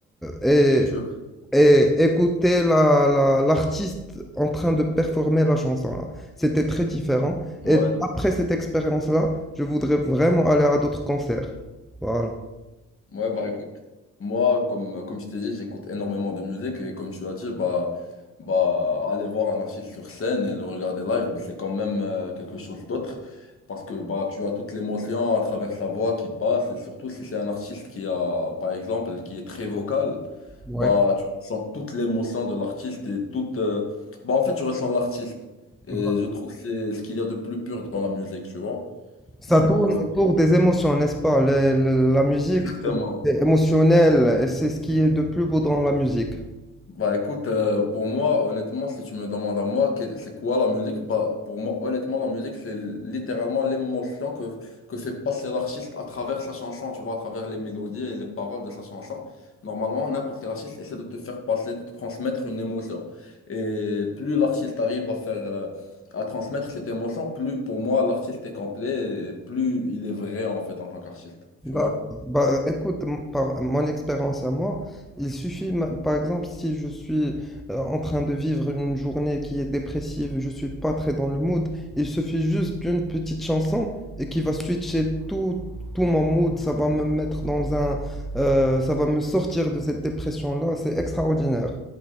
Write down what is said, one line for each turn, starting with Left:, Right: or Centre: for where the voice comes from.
Centre: euh,
Left: Je-
Centre: et, et écouter la, la- l'artiste en train de performer la chanson là. C'était très différent.
Left: Ouais,
Centre: Et après cette expérience-là, je voudrais vraiment aller à d'autres concerts. Voilà.
Left: Ouais, bah écoute, moi, comme, comme je t'ai dit, j'écoute énormément de musique et comme tu as dit, bah, bah aller voir un artiste sur scène et le regarder live, bah, c'est quand même euh, quelque chose d'autre parce que bah, tu as toute l'émotion à travers sa voix qui passe et surtout si c'est un artiste qui a, par exemple, qui est très vocal,
Centre: Ouais.
Left: bah tu ressens toute l'émotion de l'artiste et toute. euh, bah en fait, tu ressens l'artiste et
Centre: Voilà.
Left: je trouve que c'est ce qu'il y a de plus pur dans la musique, tu vois.
Centre: Ça
Left: Du
Centre: tourne
Left: coup,
Centre: autour
Left: euh,
Centre: des émotions, n'est-ce pas? Le- le- la musique,
Left: exactement.
Centre: c'est c'est émotionnel et c'est ce qui est de plus beau dans la musique.
Left: Bah écoute, euh, pour moi, honnêtement, si tu me demandes à moi, que- c'est quoi la musique? Bah pour moi, honnêtement, la musique, c'est littéralement l'émotion que, que fait passer l'artiste à travers sa chanson, tu vois, à travers les mélodies et les paroles de sa chanson. Normalement, n'importe quel artiste essaie de te faire passer, de te transmettre une émotion. Et plus l'artiste arrive à faire, euh, à transmettre cette émotion, plus pour moi, l'artiste est complet et plus il est vrai en fait en tant qu'artiste, tu
Centre: D'accord.
Left: vois?
Centre: Bah, euh, écoute, m- par mon expérience à moi, il suffit, ma- par exemple, si je suis euh, en train de vivre une journée qui est dépressive, je suis pas très dans le mood, il suffit juste d'une petite chanson et qui va switcher tout, tout mon mood, ça va me mettre dans un, euh, ça va me sortir de cette dépression-là, c'est extraordinaire.